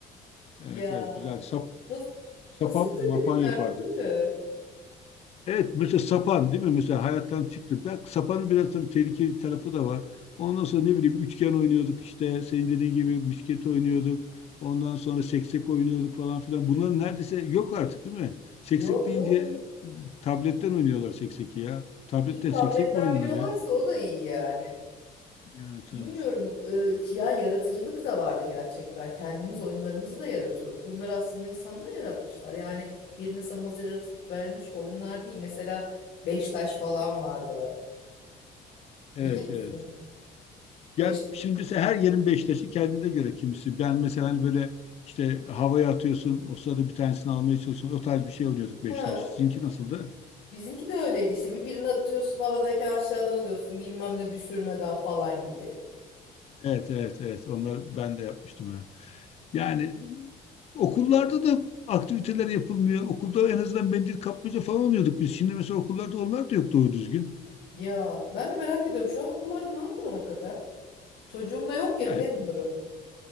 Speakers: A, on the left (about 40°); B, on the left (about 75°).
A: Evet
B: Ya
A: evet güzel. Sap,
B: nasıl,
A: sapan
B: nasıl güzel
A: mapan
B: günlerdi
A: yapardık.
B: değil mi?
A: Evet mesela sapan değil mi? Mesela hayattan çıktı. Bak sapanın biraz tabii tehlikeli tarafı da var. Ondan sonra ne bileyim üçgen oynuyorduk işte senin dediğin gibi misket oynuyorduk. Ondan sonra seksek oynuyorduk falan filan. Bunlar neredeyse yok artık değil mi? Seksek
B: Yok
A: deyince
B: yok.
A: tabletten oynuyorlar sekseki ya. Tabletten
B: İyi tabletten
A: seksek mi oynanır
B: biliyorlarsa
A: ya?
B: o da iyi yani.
A: Evet
B: Bilmiyorum
A: evet.
B: e, ya yaratıcılık da vardı gerçekten. Kendimiz oyunlarımızı da yaratıyorduk. Bunları aslında insanlar yaratmışlar. Yani birinin sana hazır yaratıp vermiş oyunlar değil. Mesela beş taş falan vardı.
A: Evet
B: Bilir misin?
A: evet. Yani
B: Beş taş.
A: şimdi mesela her yerin Beşiktaş'ı kendine göre kimisi. Ben mesela hani böyle işte havaya atıyorsun. O sırada bir tanesini almaya çalışıyorsun. O tarz bir şey oynuyorduk Beşiktaş.
B: Ha,
A: Sizinki nasıldı?
B: bizimki de öyleydi işte birbirini atıyorsun havadayken aşağıdan alıyorsun bilmem ne düşürmeden falan gibi.
A: Evet, evet, evet. Onlar ben de yapmıştım yani. Yani okullarda da aktiviteler yapılmıyor. Okulda en azından mendil kapmaca falan oluyorduk biz. Şimdi mesela okullarda onlar da yok doğru düzgün.
B: Ya ben de merak ediyorum şu an okullarda ne yapıyorlar hakikaten? Çocuğum da yok ya
A: Yani
B: bilemiyorum.